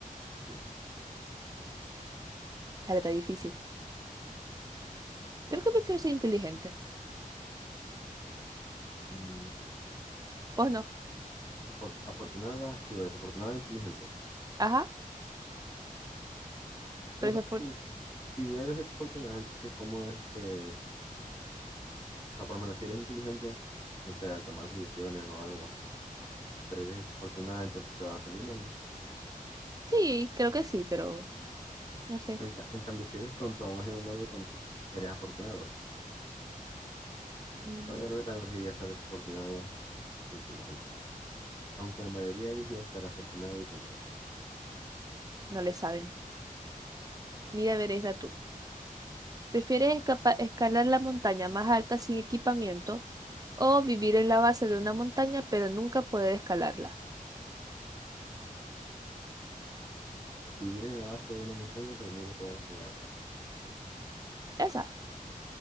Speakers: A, on the left (about 35°); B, on the right (about 25°).
A: así es.
B: Chale, está difícil. Creo que prefiero ser inteligente.
A: Mm,
B: Pues no.
A: desafor- afortunada, digo, desafortunada e inteligente.
B: Ajá.
A: Lo
B: Pero
A: que pasa
B: desafor-
A: es que si eres desafortunada, entonces, ¿cómo es que, o sea, por lo menos si eres inteligente, no sé, al tomar decisiones o algo, pero eres desafortunada, entonces te van a salir mal, ¿no?
B: Sí, creo que sí, pero no sé.
A: En, ca- en cambio, si eres tonto, aún haciendo algo tonto, tú eres afortunado.
B: Mm,
A: Pero yo creo que también preferiría ser desafortunado e inteligente. Aunque la mayoría eligió ser afortunado y tonto.
B: No le saben. Mira, a ver, esta tú. ¿Prefieres escapa- escalar la montaña más alta sin equipamiento o vivir en la base de una montaña pero nunca poder escalarla?
A: Vivir en la base de una montaña, pero nunca poder escalarla.
B: Esa.